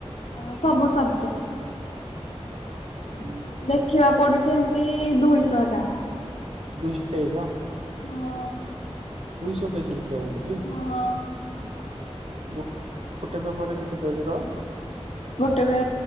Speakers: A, on the left; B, on the right.
A: ହଁ ସବୁ ସବଜେକ୍ଟ?
B: ହୁଁ।
A: ଦେଖିବାକୁ ପଡ଼ୁଚିହେନ୍ତି ଦୁଇଶହ ଟା।
B: ଦୁଇଶହ ପେଜ
A: ହଁ
B: ଦୁଇଶହ ପେଜ ଲେଖିବାକୁ ପଡ଼ୁଚି।
A: ହଁ।
B: ଗୋ ଗୋଟେ ପେପରରେ କେତେ ପେଜର?
A: ଗୋଟେ ପେ